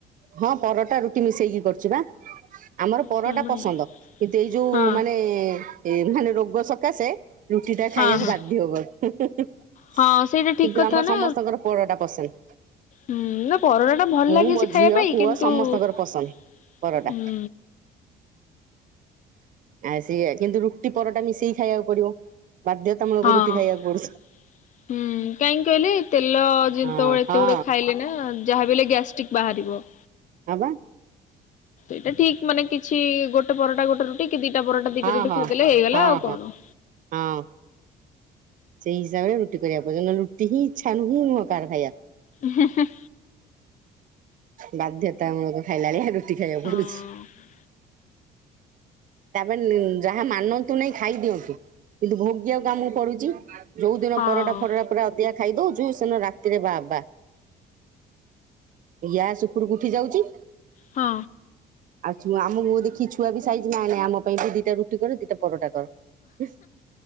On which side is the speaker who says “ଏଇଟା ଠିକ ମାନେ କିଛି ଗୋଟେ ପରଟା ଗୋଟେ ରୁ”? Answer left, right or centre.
Left